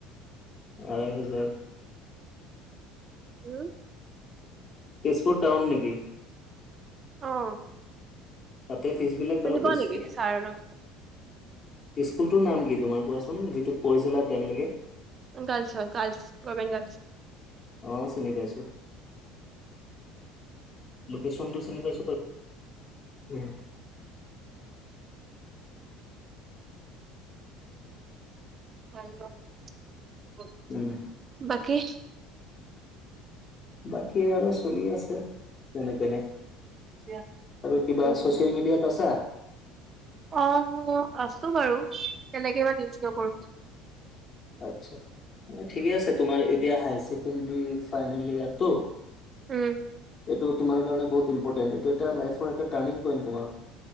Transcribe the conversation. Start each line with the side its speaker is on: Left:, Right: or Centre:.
Left: আঢ়াই হাজাৰ।
Right: উম।
Left: তেজপুৰ টাউন নেকি?
Right: অ'।
Left: তাতে ফিজবিলাক
Right: চিনি
Left: বাৰু
Right: পোৱা
Left: বেছিয়ে।
Right: নেকি ছাৰক
Left: স্কুল টোৰ নাম কি তোমাৰ কোৱাচোন যিটোত পঢ়িছিলা টেনৰলৈ?
Right: ৰ্গালছৰ, ৰ্গালছ ৰ্গৰ্ভমেণ্ট ৰ্গালছ।
Left: অ', চিনি পাইছো, লোকেশচনটো চিনি পাইঁছো উম।
Right: <unintelligible>
Left: উম।
Right: বাকী?
Left: বাকী আৰু চলি আছে, যেনে তেনে।
Right: <unintelligible>
Left: আৰু কিবা
Right: উম
Left: ছচিয়েল মিডিয়াত আছা?
Right: অ', আছো বাৰু, তেনেকে ইমান ইউজ নকৰো।
Left: আচ্ছা, ঠিকে আছে তোমাৰ এতিয়া হাই ছেকেণ্ডৰী ফাইনেল ইয়াৰটো।
Right: উম
Left: এইটো তোমাৰ কাৰণে বহুত ইম্পৰ্টেণ্ট, এইটো এটা লাইফৰ এটা টাৰ্নিং পইন্ট তোমাৰ।